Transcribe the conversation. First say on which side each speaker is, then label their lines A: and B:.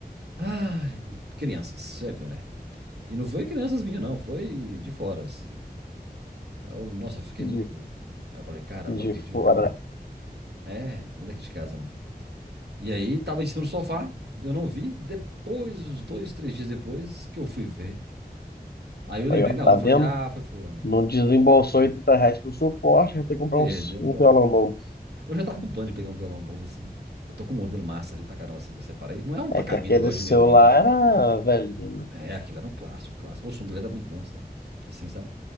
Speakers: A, on the right; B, on the left.
A: Ai, crianças, você já viu, né? E não foi crianças minhas, não. Foi de fora, assim. Aí eu, nossa, eu fiquei
B: De,
A: muito puto. Aí eu falei, caramba,
B: de
A: perdi
B: fora.
A: um violão. É, não é daqui de casa, não. E aí tava em cima do sofá, eu não vi. Depois, uns dois, três dias depois, que eu fui ver. Aí eu lembrei
B: Aí, ó,
A: na
B: tá
A: hora, eu
B: vendo?
A: falei, ah, foi fulano.
B: Não desembolsou 80 reais pro suporte, vai ter que comprar
A: Perdeu
B: um, s- um
A: o violão.
B: violão novo.
A: Eu já tava com plano de pegar um violão novo, assim. Eu tô com um modelo massa ali pra caramba, assim, que eu separei. Não é um Takamine
B: É que aquele
A: igual
B: seu
A: de Neurin,
B: lá
A: né?
B: era velhinho, né?
A: É, aquilo era um clássico, clássico. O som dele era muito bom, sabe? Assim, sabe?